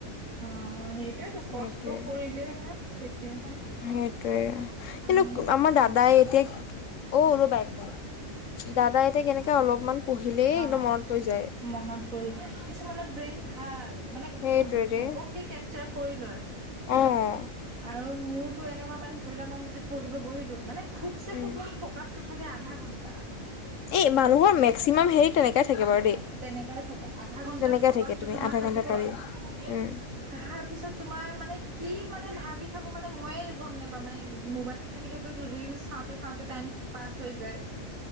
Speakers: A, on the right; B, on the left.
A: অ' সেইটোয়েতো
B: সেইটোয়ে
A: কষ্ট কৰিলেই হে তেতিয়াহে।
B: সেইটোয়ে
A: উম
B: কিন্তু আমাৰ দাদাই এতিয়া অ' ৰবা একমিনিত দাদা এতিয়া কেনেকে অলপমান পঢ়িলেই
A: অ
B: একদম মনত পৰি যায়
A: মনত পৰি কিছুমানৰ ব্ৰেইন ভাল মানে
B: সেইটোৱে
A: ঘপ
B: ৰে
A: ঘপকে কেপচাৰ কৰি লয়।
B: অ'।
A: আৰু মোৰতো এনেকুৱা মানে ধৰি লোৱা মই যে পঢ়িব বহিলো মানে খুব চে
B: উম
A: খুব মোৰ ফকাচ। টো থাকে আধা ঘণ্টা।
B: এই মানুহৰ মেক্সিমাম হেৰি তেনেকাই থাকে বাৰু দেই।
A: তেনেকাই থাকে আধা ঘন্টাত
B: তেনেকাই
A: ফকাচতটো
B: থাকে তুমি
A: তোমাৰ
B: আধা
A: থাকিব
B: ঘন্টা
A: অ'
B: পাৰি
A: মিনি।
B: উম
A: তাৰ পিছত তোমাৰ মানে কি মানে ভাবি থাকো মানে মইয়ে গম নেপাওঁ মানে মোবাইলটো থাকিলেটো টো ৰিলচ চাওঁতে চাওঁতে টাইম পাছ হৈ যায়।